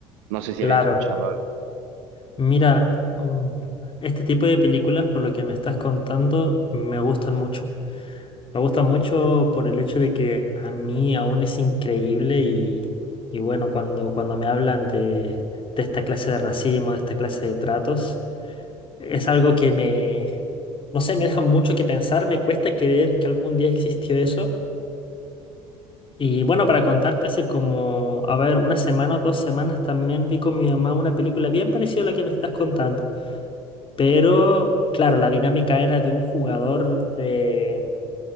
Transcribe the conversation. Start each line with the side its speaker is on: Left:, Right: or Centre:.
Right: No sé
Left: claro.
Right: si habías escuchado algo.
Left: Mira, mm, este tipo de películas, por lo que me estás contando, me gustan mucho. Me gusta mucho por el hecho de que a mí aún es increíble y, y bueno, cuando, cuando me hablan de, de esta clase de racismo, de esta clase de tratos, es algo que me, no sé, me deja mucho que pensar, me cuesta creer que algún día existió eso. Y bueno, para contarte, hace como, a ver, una semana o dos semanas también vi con mi mamá una película bien parecida a la que me estás contando. Pero, claro, la dinámica era de un jugador de,